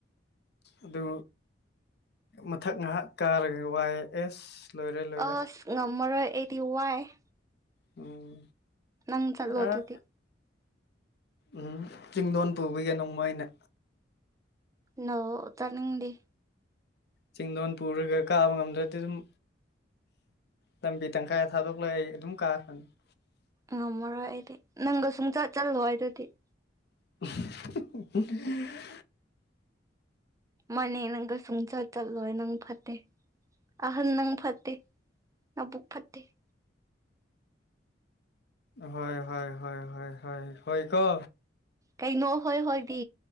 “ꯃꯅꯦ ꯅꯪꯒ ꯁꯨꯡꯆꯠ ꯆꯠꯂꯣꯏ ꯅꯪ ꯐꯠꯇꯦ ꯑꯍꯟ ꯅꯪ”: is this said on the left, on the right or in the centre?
Right